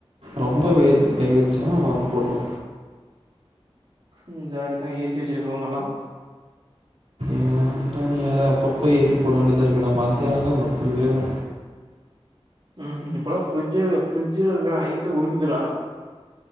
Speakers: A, on the right; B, on the right.
A: ரொம்ப வேத் வேகுச்சுனா போடுவோ
B: ம் ஜாலி தா ஏசி வைச்சுருக்கவங்கெல்லா
A: ஏன்டா நீ வேர அப்பப்போ ஏசி போட வேண்டியதா இருக்குடா மத்தியானலா இங்க அப்டி வேகு
B: ம் இப்பலா ஃப்ரிட்ஜு ஃப்ரிட்ஜுல இருக்ற ஐசே உருகுதுடா